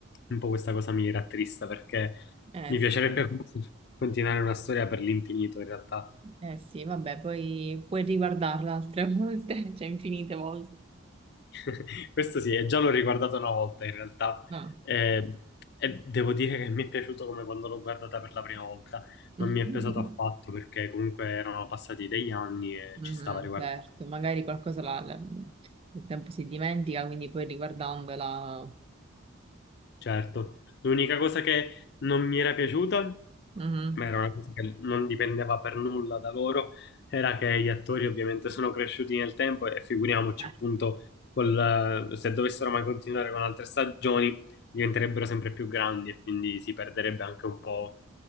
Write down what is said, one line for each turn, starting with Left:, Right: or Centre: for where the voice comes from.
Left: un po' questa cosa mi rattrista perché
Right: Eh,
Left: mi
Right: s-
Left: piacerebbe continuare una storia per l'infinito in realtà.
Right: eh sì, vabbè, poi puoi riguardarla altre volte, <laughs> cioè infinite volte.
Left: <laughs> Questo sì, e già l'ho riguardato una volta in realtà
Right: No.
Left: Eh, e devo dire che mi è piaciuto come quando l'ho guardata per la prima volta, non
Right: <laughs>
Left: mi è pesato affatto perché comunque erano passati degli anni e
Right: Mhm,
Left: ci stava riguardando.
Right: certo, magari qualcosa la- la- nel tempo si dimentica, quindi poi riguardandola...
Left: Certo, l'unica cosa che non mi era piaciuta,
Right: Mhm.
Left: ma era una cosa che non dipendeva per nulla da loro, era che gli attori ovviamente sono cresciuti nel tempo e figuriamoci
Right: Eh,
Left: appunto col- se dovessero mai continuare con altre stagioni diventerebbero sempre più grandi e quindi si perderebbe anche un po'